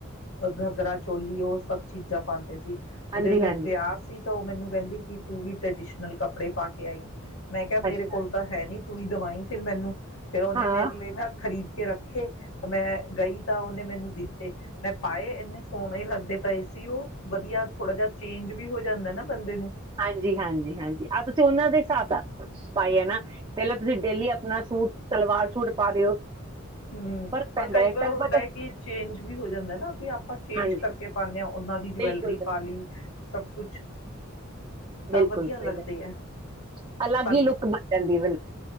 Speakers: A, on the left (about 80°); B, on the right (about 20°).
A: ਘਗਰਾ ਚੋਲੀ ਉਹ ਸਭ ਚੀਜ਼ਾਂ ਪਾਉਂਦੇ ਸੀ
B: ਹਾਂਜੀ
A: ਉਹਦੇ ਘਰ
B: ਹਾਂਜੀ
A: ਵਿਆਹ ਸੀ ਉਹ ਮੈਨੂੰ ਕਹਿੰਦੀ ਕਿ ਤੂੰ ਵੀ ਟ੍ਰੈਡੀਸ਼ਨਲ ਕਪ ਕੱਪੜੇ ਪਾ ਕੇ ਆਈ। ਮੈਂ ਕਿਹਾ ਮੇਰੇ
B: ਅੱਛਾ
A: ਕੋਲ ਤਾਂ ਹੈ ਨੀ ਤੂੰ ਹੀ ਦਵਾਈ ਫਿਰ ਮੈਨੂੰ ਫਿਰ ਉਹਨੇ
B: ਹਾਂ
A: ਮੇਰੇ ਲਈ ਨਾ ਖ਼ਰੀਦ ਕੇ ਰੱਖੇ ਮੈਂ ਗਈ ਤਾਂ ਉਹਨੇ ਮੈਨੂੰ ਦਿੱਤੇ। ਮੈਂ ਪਾਏ ਇੰਨੇ ਸੋਹਣੇ ਲੱਗੇ ਕਰਦੇ ਪਏ ਸੀ ਉਹ ਵਧੀਆ ਥੋੜਾ ਜਿਹਾ ਚੇਂਜ ਵੀ ਹੋ ਜਾਂਦਾ ਨਾ ਬੰਦੇ ਨੂੰ
B: ਹਾਂਜੀ ਹਾਂਜੀ ਹਾਂਜੀ ਆਹ ਤੁਂ ਤੇ ਉਹਨਾਂ ਦੇ ਹਿਸਾਬ ਦਾ ਭਾਈ ਹੈ ਨਾ ਪਹਿਲਾਂ ਤੁਸੀਂ ਡੇਲੀ ਆਪਣਾ ਸੂਟ ਸਲਵਾਰ ਸੂਟ ਪਾ ਰਹੇ ਹੋ
A: ਹਮ,
B: ਫ਼ਰਕ ਪੈਂਦਾ
A: ਪਰ ਕਈ
B: ਹੈ ਤੁਹਾਨੂੰ
A: ਵਾਰ ਹੁੰਦਾ
B: ਪਤਾ
A: ਹੈ ਕਿ ਚੇਂਜ ਵੀ ਹੋ ਜਾਂਦਾ ਨਾ ਕਿ ਆਪਾਂ ਚੇਂਜ
B: ਹਾਂਜੀ
A: ਕਰਕੇ ਪਾਨੇ ਆ ਉਹਨਾਂ ਦੀ ਜਵੈਲਰੀ
B: ਬਿਲਕੁਲ ਸਹੀ-
A: ਪਾ ਲੀ ਸਭ ਕੁਛ।
B: ਬਿਲਕੁਲ
A: ਤਾਂ ਵਧੀਆ
B: ਸਹੀ
A: ਲੱਗਦੇ
B: ਗੱਲ
A: ਐ।
B: ਅਲੱਗ
A: ਸਾਨੂੰ
B: ਹੀ ਲੁੱਕ ਬਣ ਜਾਂਦੀ ਵਿ